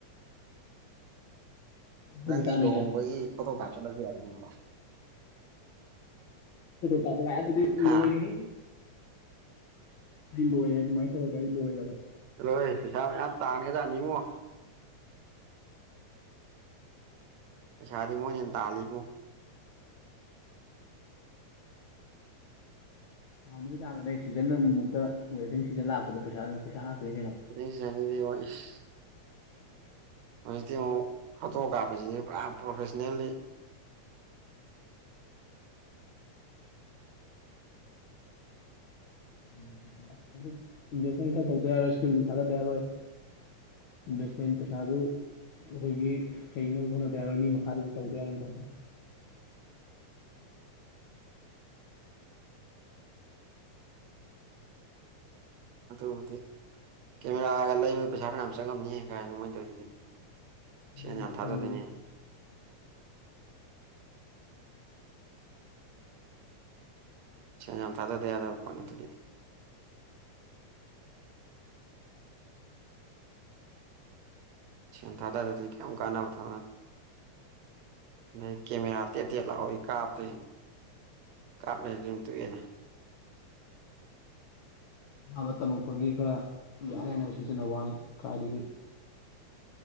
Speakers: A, on the right (about 70°); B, on the left (about 60°).
A: ꯅꯪꯗꯤ
B: ꯍꯧꯈꯤ ꯇꯥꯃꯤꯅꯦ
A: ꯂꯨꯍꯣꯡꯕꯒꯤ ꯐꯣꯇꯣ ꯀꯥꯞꯆꯠꯂꯁꯨ ꯌꯥꯏ ꯀꯕ
B: ꯀꯄ ꯑꯗꯨꯗꯤ ꯂ ꯑꯣꯏꯣꯏꯔꯤ
A: ꯍꯥ
B: ꯍ ꯑꯩ ꯂꯣꯏꯔꯦ ꯑꯗꯨꯃꯥꯏꯅ ꯇꯧꯔꯗꯤꯦ ꯑꯩ ꯂꯣꯏꯔꯕꯅꯦ
A: ꯂꯣꯏ ꯄꯩꯁꯥ ꯃꯌꯥꯝ ꯇꯥꯟꯒꯖꯥꯠꯅꯤꯡꯉꯣ ꯄꯩꯁꯥꯗꯤ ꯃꯣꯏꯅ ꯍꯦ ꯇꯥꯜꯂꯤ ꯏꯕꯨꯡ
B: ꯇꯥꯃꯅꯤ ꯇꯥꯃꯅꯦ ꯁꯤꯖꯟ ꯑꯃꯨꯛꯇ ꯋꯦꯗꯤꯡ ꯁꯤꯖꯟ ꯂꯥꯛꯄꯗꯣ ꯄꯩꯁꯥ ꯄꯩꯁꯥ ꯀꯩꯅꯣ
A: ꯑꯗꯤ ꯋꯥꯏꯁ ꯍꯧꯖꯤꯛꯇꯤ ꯑꯃꯨꯛ ꯐꯣꯇꯣ ꯀꯥꯞꯄꯁꯤꯗꯤ ꯄꯨꯔꯥ ꯄ꯭ꯔꯣꯐꯦꯁꯅꯦꯜꯂꯤ
B: ꯚ ꯈꯔ ꯇꯧꯗ ꯌꯥꯔꯣꯏ ꯏꯁꯀꯤꯜꯁꯨ ꯊꯥꯗꯕ ꯌꯥꯔꯣꯏ ꯏꯟꯁꯃꯦꯟ ꯄꯦ ꯁꯥꯥ ꯑꯗꯨ ꯑꯗꯒꯤ ꯍꯩꯅ ꯍꯣꯠꯅꯗ ꯌꯥꯔꯣꯏ ꯃꯤ ꯃꯈꯥꯗꯁꯨ ꯇꯧꯗ ꯌꯥꯔ ꯇꯧ <unintelligible>
A: ꯑꯗꯗꯤ ꯀꯦꯃꯦꯔꯥꯒ ꯂꯩꯕꯗ ꯄꯩꯁꯥ ꯈꯔ ꯌꯥꯝ ꯆꯪꯉꯝꯅꯤ ꯀꯥꯏꯅꯃꯥꯏꯅ ꯇꯧꯔꯤꯁꯤꯗꯤ ꯁꯤ
B: ꯃꯤꯅꯦ
A: ꯌꯥꯝ ꯊꯗꯗꯅꯦ
B: ꯀꯥꯏꯗꯩꯅꯣ
A: ꯁ ꯊꯥꯗꯗꯤꯗ ꯀꯅꯤ ꯇꯗꯤ ꯁꯦꯟ ꯊꯥ ꯇꯗꯗꯤ ꯀꯨꯛ ꯀꯥꯟꯅ ꯊꯥ ꯅ ꯀꯦꯃꯦꯔ ꯇꯇ ꯂꯥꯎꯑꯣꯏ ꯀꯥꯞꯇ ꯀꯥꯞꯂ ꯑꯗꯨ ꯇꯨꯏꯟꯅ
B: ꯑꯕ ꯇꯝꯃꯛꯄꯒꯤ ꯈꯔ ꯌꯥꯅ ꯍꯟꯅ ꯁꯤꯖꯤꯟꯅꯕ ꯋꯥꯅꯤ ꯀꯥꯏꯏꯗꯒꯤ